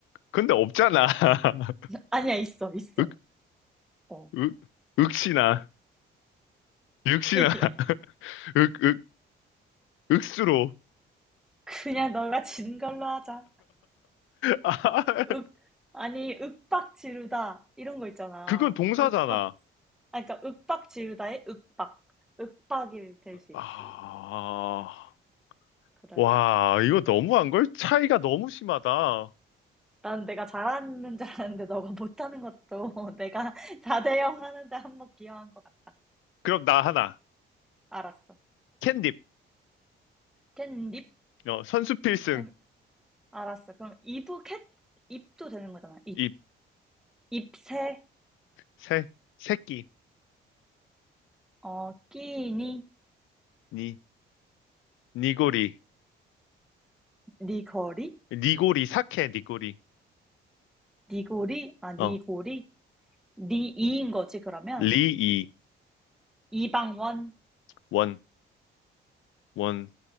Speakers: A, on the left; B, in the centre.
A: 근데 없잖아. <laughs>
B: 아니야, 있어, 있어.
A: 윽,
B: 어.
A: 윽, 윽시나, 윽시나,
B: <laughs>
A: <laughs> 윽, 윽, 윽수로.
B: 그냥 너가 진 걸로 하자.
A: 아,
B: 윽, 아니, 윽박 지르다. 이런 거 있잖아.
A: 그건 동사잖아.
B: 윽박, 아, 그러니까 윽박 지르다의 윽박. 윽박이 될 수 있지.
A: 아,
B: 그래.
A: 와, 이거 너무한 걸? 차이가 너무 심하다.
B: 난 내가 잘하는 줄 알았는데 너가 못하는 것도 <laughs> 내가 4대0 하는데 한 번 기여한 것 같아.
A: 그럼 나 하나.
B: 알았어.
A: 캔딥.
B: 캣닙?
A: 어, 선수 필승.
B: 그럼 알았어. 그럼 이북햇 입도 되는 거잖아. 입
A: 입.
B: 입새
A: 새. 새끼.
B: 어 끼니
A: 니. 니고리.
B: 니거리
A: 니고리. 사케. 니고리.
B: 니고리 아 니고리
A: 어.
B: 니이인 거지 그러면
A: 리이.
B: 이방원
A: 원. 원.